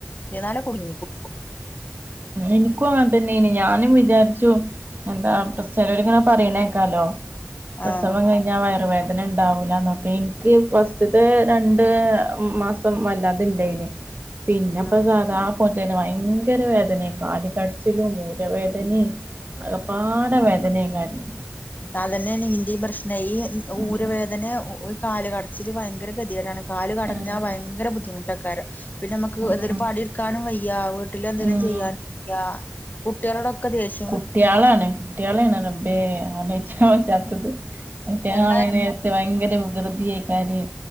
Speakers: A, on the left; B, on the right.
A: ഇരുന്നാലേ കുടുങ്ങിപ്പോ
B: എനിക്കും അങ്ങനെതന്നെയന് ഞാനും വിചാരിച്ചു എന്താ പ്ര ചിലരുങ്ങനെ പറയണേക്കാലോ പ്രസവം
A: ആഹ്
B: കഴി ഞ്ഞ വയറുവേദന ഉണ്ടാവൂല്ലന്നൊക്കെ എനിക്ക് ഫസ്റ്റ്ത്തെ രണ്ട് മാസ് സം വല്ലാതിണ്ടായിന് പിന്നെപ്പ
A: ആഹ്
B: സാധാപോലത്തന്നെ ഭയങ്കര വേദനക്ക് കാലുക്കടച്ചിലും ഊര് വേദനയും ആകപ്പാട വേദനയും കാര്യം
A: അതന്നെനി ഇന്റെ പ്രശ്ന ഈ
B: ഉം
A: ഊരുവേദന കാല കടച്ചിൽ ഭയങ്കര ഗതികേടാണ് കാല് കടഞ്ഞാ
B: ഉം
A: പങ്കരബുദ്ധിമുട്ടൊക്കാരം പിന്നെ നമുക്ക് എന്തേലിലും
B: ഉം
A: പാണിടുക്കാനും വയ്യ വീട്ടിൽ എന്തേലും
B: ഉം
A: ചെയ്യാൻവയ്യ കുട്ടികളോടൊക്കെ ദേഷ്യം
B: ട്ടിയാളാാണ് കുട്ടോളണ് റബേ ആലോ ചിച്ചാൻ പറ്റാത്തത് അവറ്റെആണെങ്കിൽ
A: എന്നാ
B: നേരത്തെ ഭയങ്കരവികൃതിയായി കാര്